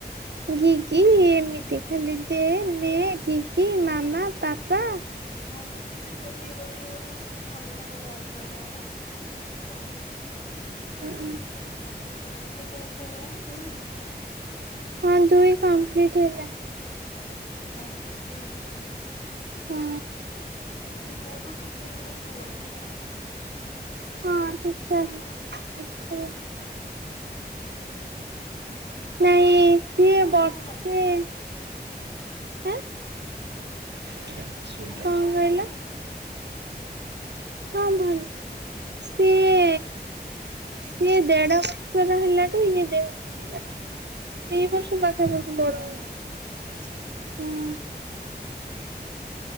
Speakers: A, on the right; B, on the left.
A: ଗିଗି ଏମିତି
B: ହୁଁ।
A: ଖାଲି ଦେ ନେ ଗିଗି ମାମା ପାପା- -
B: ହଁ ବା ସେଏ ଖାଲି ଗୋଟଏ ଗୋଟଏ ଗୋଟଏ ଖାଲି ଖଣ୍ଡେ ଖଣ୍ଡେ ୱାର୍ଡ କହିଲା ଭଳିଆ ସେମିତି କହିବି ହଉ।
A: ହୁଁ ହୁଁ।
B: ତୁ ଭଲସେ କଥା କେତେ ବର୍ଷ ହେଇଗଲାଣି ଦୁଇ।
A: ହଁ ଦୁଇ କମ୍ପ୍ଲିଟ ହେଲା।
B: ହଁ ହଁ ତିନି ଚଲିଲା।
A: ହୁଁ
B: ସେ ପୁଅଠୁ ଠିକ୍ ଠାକ୍ ବର୍ଷେ ବଡ ନା?
A: ହଁ ଠିକ୍ ଠାକ୍। ଆସିବ।
B: ହୁଁ
A: ନାଇଁ ସିଏ
B: ତାର
A: ବର୍ଷେ
B: ଭଲ ନା
A: -- ହେଁ, କଁ
B: ମୁଁ କହିଲି
A: କହିଲ?
B: ତାର ଭଲ ନା ସବୁ?
A: ହଁ ଭାଇ ସିଏ
B: ହୁଁ
A: ସିଏ ଦେଢ ବର୍ଷ ର ହେଲାଟି ଇଏ ଦେହ ଛୁଇଲା ନା କଣ? ସେଇ ବର୍ଷ ବା କେବେ ଠୁ ବଡ
B: ଓହୋ
A: ହୁଁ।
B: ହୁଁ